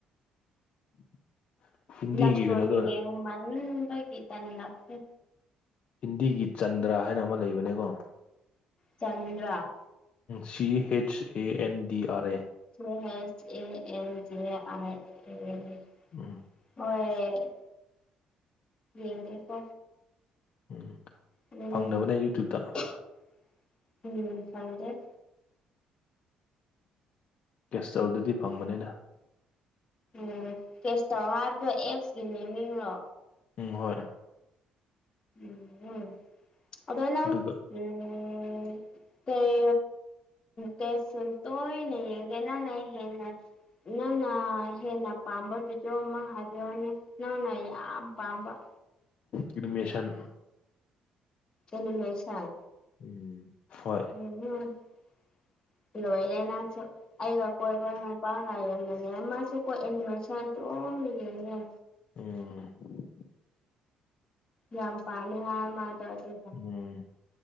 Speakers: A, on the left (about 55°); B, on the left (about 30°).
A: <inaudible>
B: ꯂꯞ ꯁ꯭ꯇꯣꯔꯤ
A: ꯀꯩꯅꯣꯗꯣ
B: ꯌꯦꯡꯃꯟꯕꯒꯤ ꯇꯟꯂꯛꯂꯦ
A: ꯍꯤꯟꯗꯤꯒꯤ ꯆꯟꯗ꯭ꯔ ꯍꯥꯏꯅ ꯑꯃ ꯂꯩꯕꯅꯦꯀꯣ
B: Chandra
A: C H A N D R A
B: C H A N D R A
A: ꯎꯝ
B: ꯍꯣꯏ ꯌꯦꯡꯒꯦꯀꯣ
A: ꯎꯝ
B: ꯎꯝ
A: ꯐꯪꯗꯕꯅꯦ ꯌꯨꯇ꯭ꯌꯨꯕꯇ
B: <unintelligible> ꯐꯪꯗꯦ
A: ꯀꯦꯁꯇꯜꯗꯨꯗꯤ ꯐꯪꯕꯅꯤꯗ
B: <unintelligible> ꯀꯦꯁꯇꯜ ꯍꯥꯏꯕꯗꯣ ꯑꯦꯛꯁꯀꯤ ꯃꯤꯃꯤꯡꯔꯣ
A: ꯎꯝ ꯍꯣꯏ
B: <unintelligible> ꯑꯗꯣ ꯅꯪ
A: ꯑꯗꯨꯒ
B: ꯎꯝ ꯀꯩ ꯀꯩ ꯐꯤꯂꯝ ꯇꫭꯏꯅ ꯌꯦꯡꯒꯦ ꯅꯪꯅ ꯍꯦꯟꯅ ꯅꯪꯅ ꯍꯦꯟꯅ ꯄꯥꯝꯕ ꯕꯤꯗꯤꯌꫭ ꯑꯃ ꯍꯥꯏꯕꯤꯌꯣꯅꯦ ꯅꯪꯅ ꯌꯥꯝ ꯄꯥꯝꯕ
A: ꯑꯦꯅꯤꯃꯦꯁꯟ
B: ꯑꯦꯅꯤꯃꯦꯁꯟ
A: ꯎꯝ ꯍꯣꯏ
B: <unintelligible> ꯂꯣꯏꯔꯦ ꯅꯪꯁꯨ ꯑꯩꯒ ꯀꯣꯏꯕ ꯅꯨꯄꯥ <unintelligible> ꯃꯥꯁꯨ ꯀꯣ ꯑꯦꯅꯤꯃꯦꯁꯟ ꯑꯗꯨꯝ ꯌꯦꯡꯉꯦ
A: ꯎꯝ
B: ꯌꯥꯝ ꯄꯥꯝꯃꯦ ꯍꯥꯏꯌꯦ ꯃꯥꯗꯣ ꯑꯗꯨꯗꯣ
A: <unintelligible>